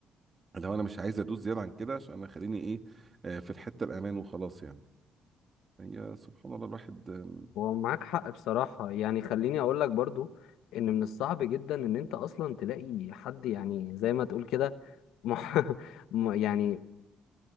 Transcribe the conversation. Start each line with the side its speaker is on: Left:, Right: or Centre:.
Right: لو انا مش عايز ادوس زياده عن كده عشان انا خليني ايه آه، في الحته الامان وخلاص يعني هي سبحان الله الواحد آم،
Left: هو معاك حق بصراحة يعني خليني أقول لك برضو إن من الصعب جدا إن أنت أصلا تلاقي حد يعني زي ما تقول كده مح... <laughs> م- يعني